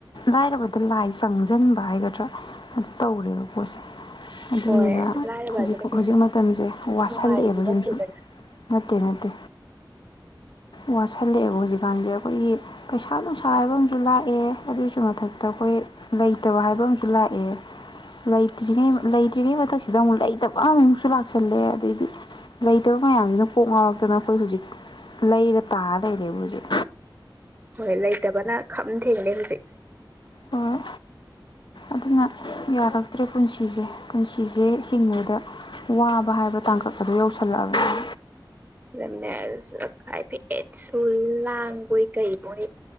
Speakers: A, on the left; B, on the right.
A: ꯂꯥꯏꯔꯕꯗ ꯂꯥꯏ ꯆꯪꯖꯟꯕ ꯍꯥꯏꯒꯗ꯭ꯔꯥ ꯑꯗꯨ ꯇꯧꯔꯦꯕ ꯄꯣꯠꯁꯦ ꯑꯗꯨꯅꯤꯗ
B: ꯍꯣꯏ ꯂꯥꯏꯔꯕꯁꯦ
A: ꯍꯧꯖꯤꯛ
B: ꯀꯩꯁꯨ
A: ꯍꯧꯖꯤꯛ ꯃꯇꯝꯖꯦ ꯋꯥꯁꯜꯂꯛꯑꯦꯕ
B: ꯅꯨꯡꯉꯥꯏꯕꯗꯤ ꯅꯠꯇꯦꯗꯅ
A: ꯁꯨꯝꯁꯨꯝ ꯅꯠꯇꯦ ꯅꯠꯇꯦ ꯋꯥꯁꯜꯂꯛꯑꯦꯕ ꯍꯧꯖꯤꯛꯀꯥꯟꯁꯦ ꯑꯩꯈꯣꯏꯒꯤ ꯄꯩꯁꯥ ꯅꯨꯡꯁꯥ ꯍꯥꯏꯕ ꯑꯃꯁꯨ ꯂꯥꯛꯑꯦ ꯑꯗꯨꯒꯤꯁꯨ ꯃꯊꯛ ꯑꯗ ꯑꯩꯈꯣꯏ ꯂꯩꯇꯕ ꯍꯥꯏꯕ ꯑꯃꯁꯨ ꯂꯥꯛꯑꯦ ꯂꯩꯇ꯭ꯔꯤꯉꯩ ꯂꯩꯇ꯭ꯔꯤꯉꯩ ꯃꯊꯛꯁꯤꯗ ꯑꯃꯨꯛ ꯂꯩꯇꯕꯥ ꯑꯃꯨꯛꯁꯨ ꯂꯥꯛꯁꯜꯂꯦ ꯑꯗꯩꯗꯤ ꯂꯩꯇꯕ ꯃꯌꯥꯝꯁꯤꯅ ꯀꯣꯛ ꯉꯥꯎꯔꯛꯇꯅ ꯑꯩꯈꯣꯏ ꯍꯧꯖꯤꯛ ꯂꯩꯔ ꯇꯥꯔ ꯂꯩꯔꯦꯕ ꯍꯧꯖꯤꯛ
B: ꯍꯣꯏ ꯂꯩꯇꯕꯅ ꯈꯝ ꯊꯦꯡꯂꯦ ꯍꯧꯖꯤꯛ
A: ꯍꯣꯏ ꯑꯗꯨꯅ ꯌꯥꯔꯛꯇ꯭ꯔꯦ ꯄꯨꯟꯁꯤꯖꯦ ꯄꯨꯟꯁꯤꯖꯦ ꯍꯤꯡꯕꯗ ꯋꯥꯕ ꯍꯥꯏꯕ ꯇꯥꯡꯀꯛ ꯑꯗꯨ ꯌꯧꯁꯜꯂꯛꯑꯕꯅꯤ
B: <unintelligible> ꯂꯥꯡꯕꯣꯏ ꯀꯩ ꯃꯣꯏ